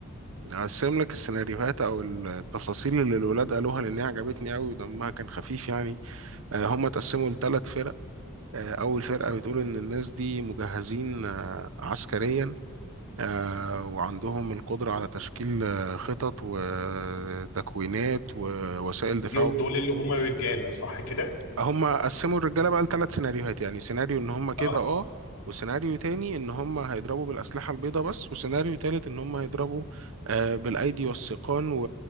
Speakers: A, on the right; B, on the left.
A: أقسم لك السيناريوهات أو التفاصيل اللي الولاد قالوها لأن هي عجبتني أوي ودمها كان خفيف يعني آه هم اتقسموا لثلاث فرق آه أول فرقة بتقول إن الناس دي مجهزين آه عسكريا آه وعندهم القدرة على تشكيل آه، خطط وتكوينات ووسائل
B: دول
A: دفاع
B: دول اللي هما رجالة صح كده؟
A: هم قسموا الرجاله بقى لثلاث سيناريوهات يعني سيناريو ان هم كده
B: اه
A: اه وسيناريو تاني ان هم هيضربوا بالاسلحه البيضاء بس وسيناريو تالت ان هم هيضربوا آه بالايدي والسيقان و...